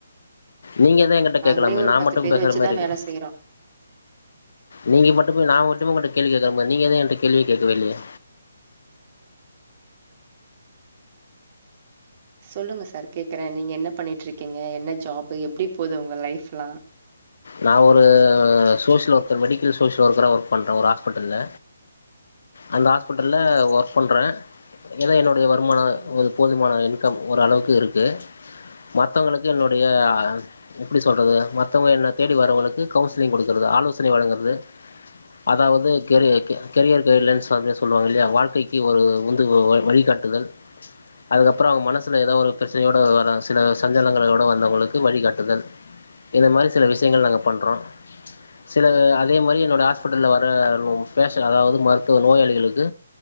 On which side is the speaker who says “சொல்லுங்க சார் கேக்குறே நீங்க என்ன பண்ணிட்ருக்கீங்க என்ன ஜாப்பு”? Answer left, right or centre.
Right